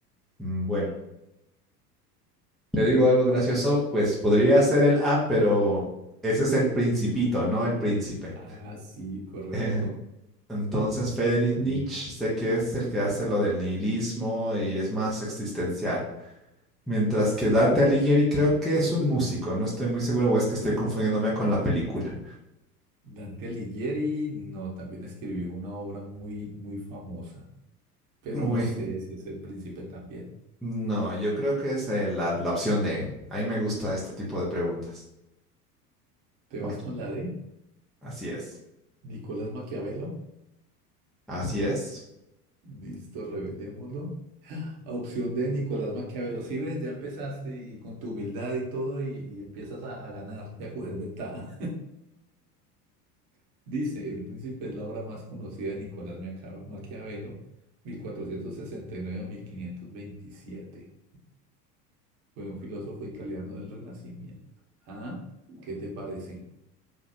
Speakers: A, in the centre; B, on the right.
A: Mm, bueno, te digo algo gracioso, pues podría ser el A, pero ese es el principito, no el príncipe.
B: Ah, sí, correcto.
A: <laughs> Entonces, Friedrich Nietzsche
B: Sí,
A: sé que es el que hace lo del nihilismo y es más existencial. Mientras
B: sí.
A: que Dante Alighieri creo que es un músico, no estoy muy seguro o es que estoy confundiéndome con la película.
B: Dante Alighieri no, también escribió una obra muy, muy famosa, pero
A: Uy,
B: no sé si es el príncipe también.
A: no, yo creo que es eh, la, la opción D. A mí me gusta este tipo de preguntas.
B: ¿Te
A: Maki.
B: vas con la D?
A: Así es,
B: Nicolás Maquiavelo.
A: así es.
B: Listo, revelémoslo. Opción D, Nicolás Maquiavelo. Si ves, ya empezaste y con tu humildad y todo, y, y empiezas a, a ganar y a coger ventaja. <laughs> Dice, El Príncipe es la obra más conocida de Nicolás Maquia- Maquiavelo, 1469 a 1527. Fue un filósofo italiano del Renacimiento. ¿Ah? ¿Qué te parece?